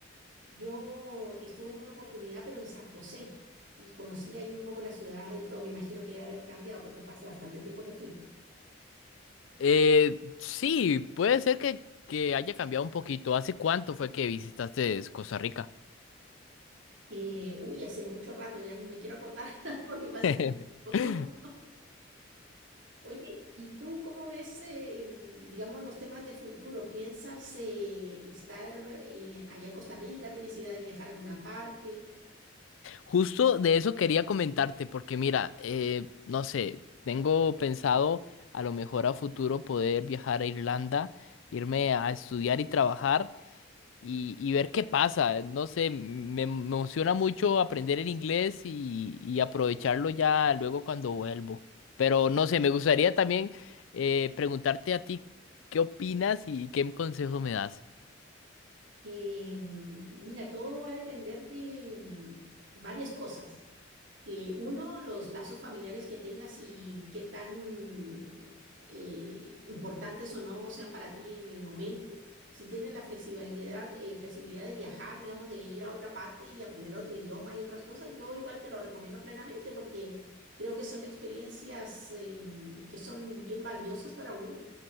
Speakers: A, on the right; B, on the left.
A: Yo estuve en una oportunidad, pero en San José, y conocí ahí un poco la ciudad y todo. Me imagino que debe haber cambiado porque fue hace bastante tiempo que fui.
B: Eh, sí, puede ser que, que haya cambiado un poquito. ¿Hace cuánto fue que visitaste Costa Rica?
A: Eh, uy, hace mucho rato, ya ni me quiero acordar <laughs> porque fue hace
B: <laughs>
A: mucho tiempo. <laughs> Oye, ¿y tú cómo ves, eh, em, digamos, los temas de futuro? ¿Piensas eh, estar eh, allá en Costa Rica? ¿Tienes idea de viajar a alguna parte?
B: Justo de eso quería comentarte, porque mira, eh, no sé, tengo pensado a lo mejor a futuro poder viajar a Irlanda, irme a estudiar y trabajar. y, y ver qué pasa. No sé, me emociona mucho aprender el inglés y, y aprovecharlo ya luego cuando vuelvo. Pero no sé, me gustaría también eh, preguntarte a ti qué opinas y qué consejo me das.
A: Em, mira, todo va a depender de em, varias cosas. eh, uno, los lazos familiares que tengas y qué tan eh, importantes o no sean para ti en el momento. Si tienes la flexibilidad, eh, flexibilidad de viajar, digamos, de ir a otra parte y aprender otro idioma y otras cosas, yo igual te lo recomiendo plenamente porque creo que son experiencias eh, que son bien valiosas para uno.